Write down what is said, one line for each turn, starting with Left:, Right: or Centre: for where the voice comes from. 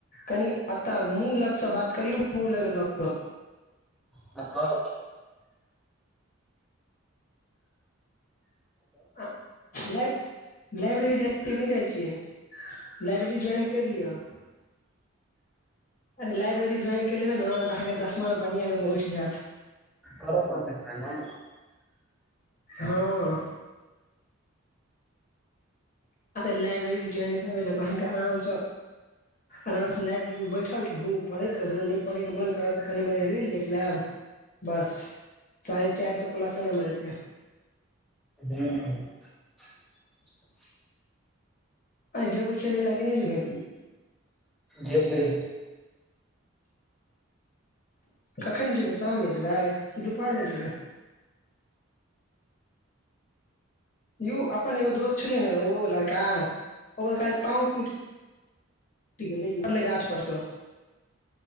Left: कनि अतऽ मुँह लगसँ बात करिय मुह लग स
Centre: हँ
Left: आ नहि लाइब्रेरी जाइ छियै कि नहि जाइ छियै लाइब्रेरी ज्वइन कर लिआ अरे लाइब्रेरी ज्वाइन के लेबै ने तऽ अहाँकेँ दसमामे बढ़िआ नम्बर उठि जायत।
Centre: कर पड़तै छै न
Left: हँ लाइब्रेरी ज्वइन करबै ने तऽ अहाँकेँ आरामसँ आरामसँ लाइब्रेरीमे बैठल रहू पढ़ैत रहू नहि पढ़ैके मन करत त कनि मनि रील देख लेब। बस साढ़े चार सौ प्लसे नम्बर ऐतै
Centre: ह।
Left: आइ जेबै खेलैले कि नै जेबै।
Centre: जेबै।
Left: कखन जेबै शाम मे जेबै, कि दुपहर मे जेबै यो अपन एगो दोस्त छलै ने ओ लड़का, ओकर काइल पाव टूत टुत गेलै यौ गाछ पड़स